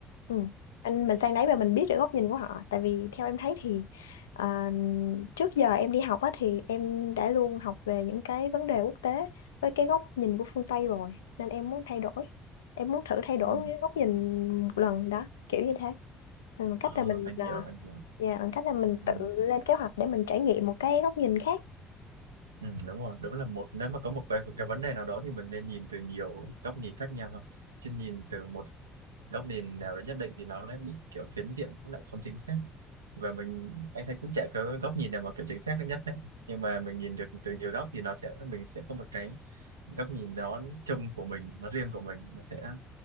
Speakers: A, on the left; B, on the right.
A: ừ. anh mình sang đấy và mình biết được góc nhìn của họ tại vì theo em thấy thì À, trước giờ em đi học á thì em đã luôn học về những cái vấn đề quốc tế với cái góc nhìn của phương Tây rồi nên em muốn thay đổi em muốn thử thay đổi
B: ừ.
A: cái góc nhìn một lần đó kiểu như thế Rồi bằng cách
B: ờ
A: là mình
B: anh
A: à,
B: hiểu anh hiểu
A: dạ, bằng cách là mình
B: ừ.
A: tự lên kế hoạch để mình trải nghiệm một cái góc nhìn khác
B: Ừ, đúng rồi, đúng là một nếu mà có một cái, cái vấn đề nào đó thì mình nên nhìn từ nhiều góc nhìn khác nhau không? Chứ nhìn từ một góc nhìn nào đó nhất định thì nó lại bị kiểu phiến diện, nó lại không chính xác. Và mình anh thấy cũng chả có góc nhìn nào mà kiểu chính xác nhất đấy. Nhưng mà mình nhìn được từ nhiều góc thì nó sẽ mình sẽ có một cái góc nhìn đó chung của mình, nó riêng của mình, nó sẽ